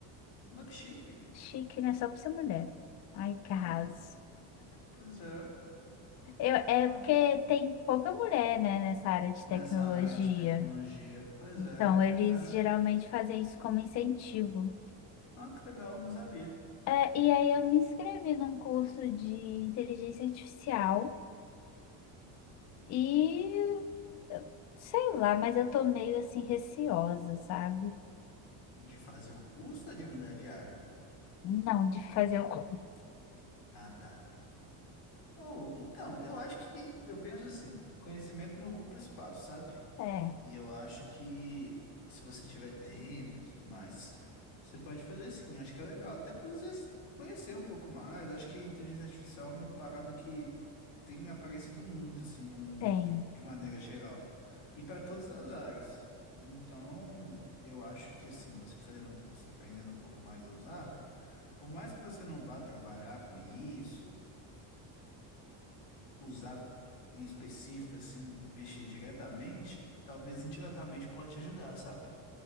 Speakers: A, on the left (about 60°); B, on the left (about 40°).
A: olha que chique.
B: Chique, né? Só por ser mulher. Ai, que
A: Ah,
B: arraso.
A: pois é.
B: Eu, é
A: Ah,
B: porque tem pouca mulher, né, nessa área de
A: nessa
B: tecnologia.
A: área de tecnologia. Pois
B: Então,
A: é,
B: eles
A: verdade.
B: geralmente fazem isso como incentivo.
A: Ah, que legal, não sabia.
B: É, e aí eu me inscrevi num curso de inteligência artificial e eu- sei lá, mas eu tô meio assim receosa, sabe?
A: De fazer o curso ou de mudar de área?
B: Não, de fazer o curso.
A: Ah, tá. Oh, então, eu acho que, eu penso assim, conhecimento não ocupa espaço, sabe?
B: É,
A: E eu acho que se você tiver tempo e tudo mais, você pode fazer sim, acho que é legal, até para você s- conhecer um pouco mais, acho que inteligência artificial é uma parada que tem aparecido muito, assim, no mundo,
B: tem.
A: de, de maneira geral, e para todas as áreas. Então, eu acho que, assim, você fazendo um curso e aprendendo um pouco mais a usar, por mais que você não vá trabalhar com isso, usar em específico, assim, mexer diretamente, talvez indiretamente pode te ajudar, sabe?